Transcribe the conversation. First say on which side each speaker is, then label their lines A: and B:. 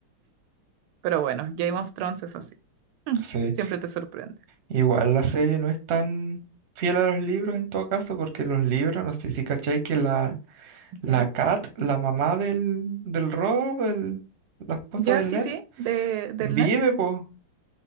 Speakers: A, on the right; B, on the right.
A: Pero bueno, Game of Thrones es así. Mm,
B: sí.
A: Siempre te sorprende.
B: Igual la serie no es tan fiel a los libros en todo caso, porque los libros, no sé si cachai que la, la
A: ¿Ya?
B: Kat, la mamá del, del Rob, el- la esposa
A: Ya,
B: del
A: sí,
B: Ned,
A: sí, de, del
B: vive,
A: net.
B: po,